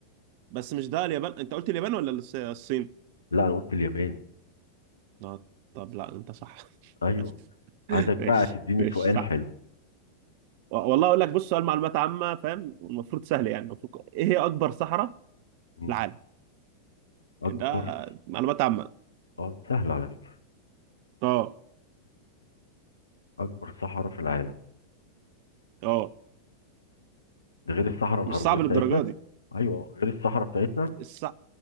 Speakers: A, on the right; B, on the left.
A: بس مش ده اليابان انت قلت اليابان ولا الس- الصين
B: لا انا قلت اليابان
A: اه طب لا انت صح
B: ايوه
A: <laughs>
B: عايزك بقى
A: ماشي
B: تديني
A: ماشي
B: سؤال
A: صح
B: حلو
A: و- والله اقول لك بص سؤال معلومات عامه فاهم المفروض سهل يعني المفروض ايه هي اكبر صحراء في
B: مم.
A: العالم
B: اكبر
A: يعني ده معلومات عامه
B: اه سهل على فكره
A: اه
B: اكبر صحراء في العالم
A: اه
B: ده غير الصحراء الغربيه
A: مش صعب
B: بتاعتنا
A: للدرجه دي
B: ايوه غير الصحراء بتاعتنا
A: الص...